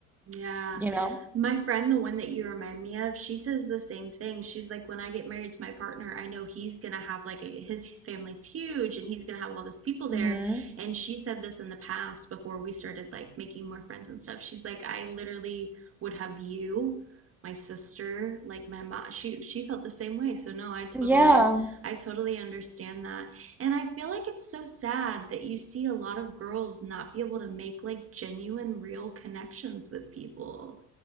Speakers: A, on the right; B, in the centre.
A: Yeah.
B: you know?
A: My friend, the one that you remind me of, she says the same thing. She's like, when I get married to my partner, I know he's gonna have like a, his family's huge and he's gonna have all this people
B: hmm
A: there. And she said this in the past before we started like making more friends and stuff. She's like, I literally would have you, my sister, like my mom. She she felt the same way. So no, I totally
B: Yeah.
A: I totally understand that. And I feel like it's so sad that you see a lot of girls not be able to make like genuine, real connections with people.